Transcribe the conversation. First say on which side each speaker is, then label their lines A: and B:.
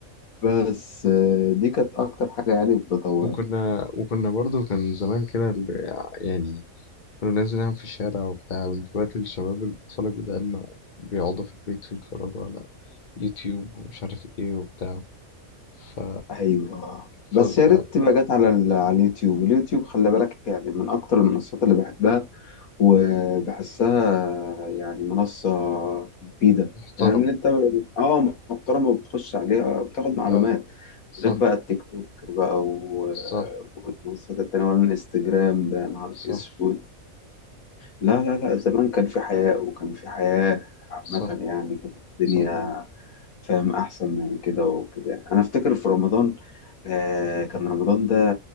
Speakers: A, on the left; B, on the left.
A: بس آه، دي كانت اكتر حاجه يعني بتطورها
B: وكنا وكنا برضو كان زمان كده ال- يعني كنا ننزل نلعب في الشارع وبتاع دلوقتي الشباب الأطفال الجداد ما بيقعدوا في البيت ويتفرجوا على يوتيوب ومش عارف ايه وبتاع ف
A: ايوه بس
B: ف, ف...
A: يا ريت تبقى جت على ال- على اليوتيوب اليوتيوب خلي بالك يعني من اكتر المنصات اللي بحبها وبحسها يعني منصة مفيدة
B: محترمة
A: فاهم ان انت اه محترمة وبتخش عليها بتاخد معلومات
B: اه صح
A: غير بقى التيك توك بقى و-
B: صح
A: والمنصات التانية ولا الانستجرام ده يا نهار
B: صح
A: اسود لا لا لا زمان كان في حياء وكان في حياة عامة
B: صح
A: يعني كانت الدنيا
B: صح
A: فاهم أحسن من كده وكده أنا أفتكر في رمضان آه كان رمضان ده